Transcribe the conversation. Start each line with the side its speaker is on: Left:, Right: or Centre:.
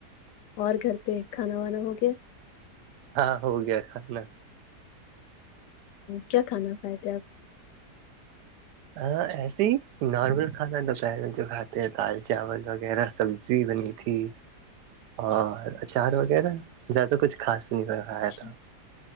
Left: اور گھر پہ کھانا وانا ہو گیا
Right: ہاں ہو گیا کھانا
Left: کیا کھانا کھائے تھے آپ
Right: ہاں ایسے ہی نارمل کھانا دوپہر میں جو کھاتے ہیں دال چاول وغیرہ سبزی بنی تھی اور اچار وغیرہ زیادہ کچھ خاص نہیں کرایا
Left: اچھا
Right: تھا